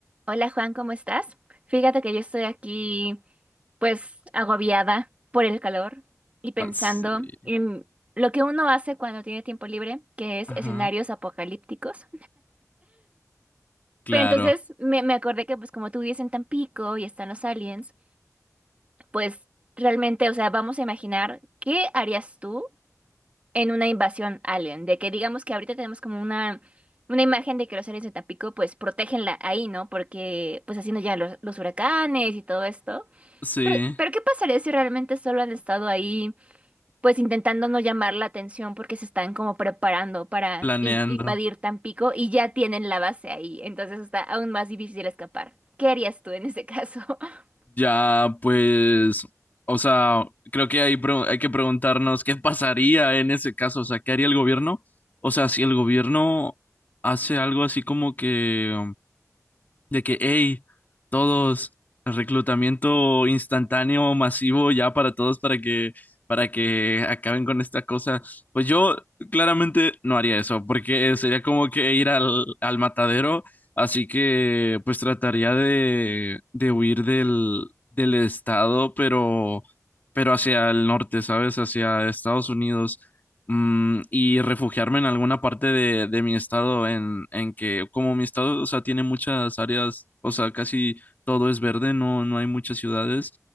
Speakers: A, on the right (about 25°); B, on the left (about 30°).
A: Hola Juan, ¿cómo estás? Fíjate que yo estoy aquí pues agobiada por el calor y pensando
B: Ah, sí,
A: en lo que uno hace cuando tiene tiempo libre, que es
B: Ajá,
A: escenarios apocalípticos.
B: claro,
A: Pero entonces me, me acordé que pues como tú vives en Tampico y están los aliens, pues realmente, o sea, vamos a imaginar qué harías tú en una invasión alien, de que digamos que ahorita tenemos como una, una imagen de que los aliens de Tampico pues protégenla ahí, ¿no? Porque pues así no llegan los, los huracanes y todo esto.
B: sí,
A: Pero, pero ¿qué pasaría si realmente solo han estado ahí, pues intentando no llamar la atención porque se están como preparando para
B: planeando.
A: in- invadir Tampico y ya tienen la base ahí? Entonces está aún más difícil escapar. ¿Qué harías tú en ese caso? <laughs>
B: Ya, pues, o sea, creo que hay, pre- hay que preguntarnos qué pasaría en ese caso, o sea, ¿qué haría el gobierno? O sea, si el gobierno hace algo así como que de que, hey, todos, reclutamiento instantáneo, masivo, ya para todos, para que, para que acaben con esta cosa. Pues yo claramente no haría eso, porque sería como que ir al, al matadero, así que pues trataría de, de huir del, del estado, pero, pero hacia el norte, ¿sabes? Hacia Estados Unidos mm, y refugiarme en alguna parte de, de mi estado en, en que como mi estado, o sea, tiene muchas áreas, o sea, casi todo es verde, no, no hay muchas ciudades,